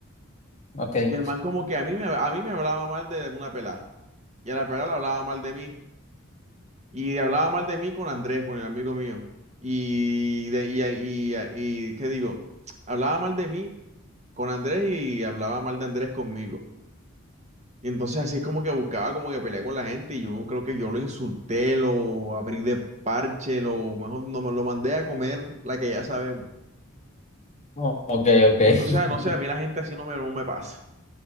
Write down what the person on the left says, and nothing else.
Ok.
No, ok, ok.
<laughs>